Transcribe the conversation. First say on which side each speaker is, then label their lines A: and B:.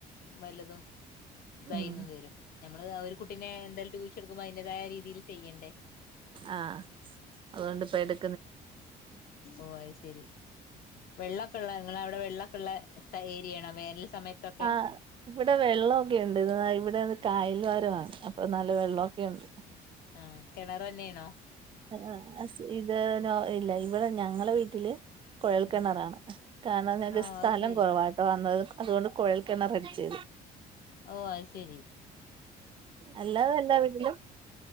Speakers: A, on the left (about 60°); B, on the right (about 30°).
A: വല്ലതും തായീന്നും
B: ഉം
A: വരും നമ്മള് ആ ഒരു കുട്ടിനെ എന്തായാലും ട്യൂഷനെടുക്കുമ്പോ അതിന്റേതായ രീതിൽ ചെയ്യണ്ടേ
B: ആ അതുകൊണ്ട് ഇപ്പ എടു
A: ഓ അയ്ശരി വെള്ളൊക്കെള്ള നിങ്ങളവിടെ വെള്ളൊക്കെള്ള സ്ത ഏരിയണോ വേനൽ സമയത്തൊക്കെ
B: ആ ഇവിടെ വെള്ളൊക്കെ ഇണ്ട് ഇത് ഇവിടെ കായൽവാരമാണ് അപ്പൊ നല്ല വെള്ളൊക്കെയുണ്ട്
A: ആ കിണർ തന്നെണോ?
B: ആ ഇത് നോ ഇല്ല ഇവിടെ ഞങ്ങളെ വീട്ടില് കുഴൽക്കിണറാണ്
A: ആ
B: കാരണം ഞങ്ങൾക്ക്
A: ഓ
B: സ്ഥലം
A: അത് ശരി
B: കുറവാട്ടോ അന്നത് അതുകൊണ്ട് കുഴൽക്കണറടിച്ചത്
A: ഓ അയ്ശരി
B: അല്ലാതെ എല്ല വീട്ടിലും